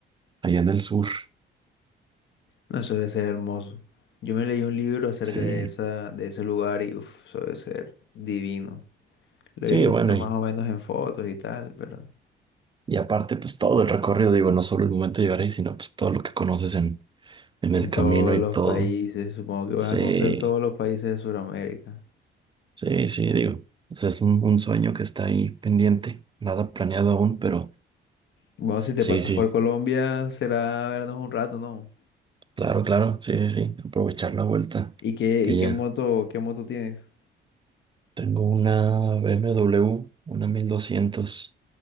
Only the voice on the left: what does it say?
no, eso debe ser hermoso. Yo me leí un libro acerca
de esa, de ese lugar y uf, eso debe ser divino. Lo
he visto
más o menos en fotos y tal, pero
en
todos
los
países, supongo que vas
a conocer todos los países de Sudamérica.
Bueno, si te
pasas
por Colombia, será vernos un rato, ¿no?
¿Y qué,
y qué
moto, qué moto tienes?